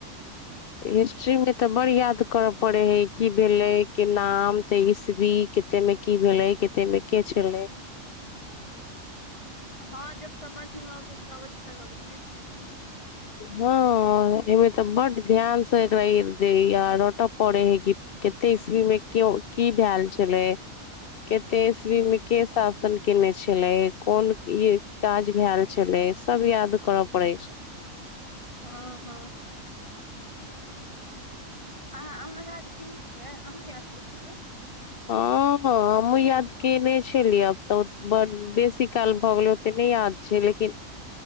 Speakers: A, on the left; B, on the left.
A: हिस्ट्री मे तऽ बड़ याद करऽ पड़े हइ की भेलै के नाम तऽ ईस्वी केतेमे। की भेलै कतेक मे के छलै।
B: हँ जब समझ मे अबै तब अच्छा लगे नहि समझ मे अबै तब नहि अच्छा लगे।
A: हँ एमे तऽ बड ध्यान से एकरा दे आ रट पड़े है की केते इसवी में के की भेल छलै केते इसवी
B: लगे हूँ
A: में के शासन केने छलै कोन ई काज भेएल छलै सब याद करय पड़ै छैय।
B: हँ- हँ। अहाँ
A: छै
B: -अहाँ याद केने छेलियै अहूँ याद केने हेबै।
A: हँ हमहुँ याद केने छलियै आब तऽ बड बेसी काल भऽ गेलै तऽ नहि याद छैय लेकिन